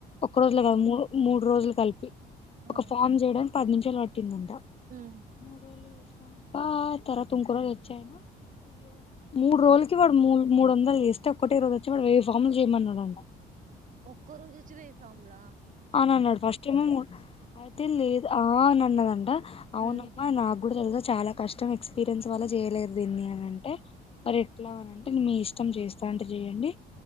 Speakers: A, on the left; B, on the right.
A: ఒక రోజులు కాదు
B: ఆ
A: మూ మూడు రోజులు సెల్ఫీ
B: ఆ
A: ఒక ఫామ్ చేయడం పది నుంచే టిందంట
B: ఉమ్
A: మూడుోళ పం తర్వాత ఇంకో రోజు వచ్చాయన మూడు రోజులకి వాడుూ మూడు వందలు చేస్తే ఒక్కటే రోజు వచ్చి వాడు వెయ్యి ఫార్ములు చేయమన్నాడంట
B: ఒక్కో రోజు వచ్చి వే కాంలా
A: అవున అన్నాడు ఫస్ట్ టైమ అయితే లేదు ఆ నన్నదం అవునమ్
B: ఉమ్
A: నా కూడా తెలుసా చాలా కష్టం ఎక్స్పీరియన్స్ వల్ల చేయలేదు దీన్ని అని అంటే మరి ఎట్లా అనింటే మీ ఇష్టం చేస్తా అంటే చెయండి